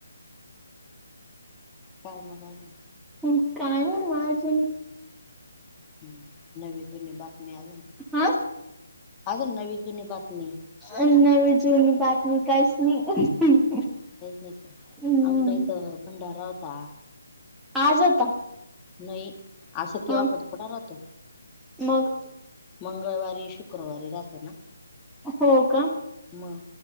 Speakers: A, on the left; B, in the centre.
A: काय मग अजून?
B: काय नाही माझी
A: ह नवी जुनी बातमी अजून,
B: हा
A: अजून नवी जुनी बातमी
B: अ नवी जूनी बातमी काहीच नाही <inaudible>
A: काहीच नाही.
B: हम्म
A: आमच्या इथ भंडारा होता.
B: आज होता?
A: नाही. असं केव्हा
B: ह
A: <inaudible>
B: मग.
A: मंगळवारी, शुक्रवारी राहतो ना
B: हो का!
A: मग